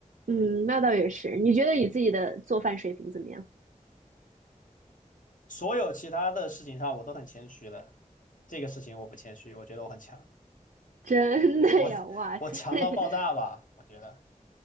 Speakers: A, on the right (about 85°); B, on the left (about 75°).
A: 嗯，那倒也是。你觉得你自己的做饭水平怎么样？
B: 所有其他的事情上，我都很谦虚的，这个事情我不谦虚，我觉得我很强。
A: 真的呀，
B: 我我强到爆炸吧，
A: 哇塞！<laughs>
B: 我觉得，